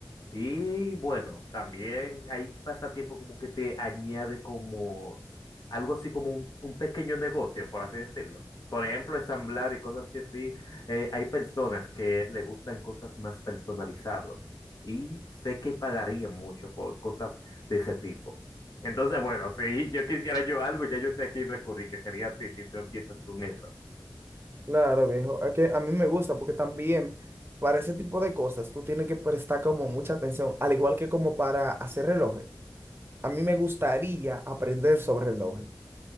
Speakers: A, on the left (about 55°); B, on the right (about 30°).
A: Y bueno, también hay pasatiempo como que te añade como algo así como un, un pequeño negocio, por así decirlo. Por ejemplo, ensamblar y cosas así, así. eh, hay personas que le gustan cosas más personalizadas y sé que pagarían mucho por cosas de ese tipo. Entonces, bueno, <laughs> si yo quisiera yo algo, ya yo sé a quién recurrir, que sería a ti si tú empiezas con eso.
B: Claro, viejo. Es que a mí me gusta porque también para ese tipo de cosas tú tienes que prestar como mucha atención, al igual que como para hacer relojes. A mí me gustaría aprender sobre relojes.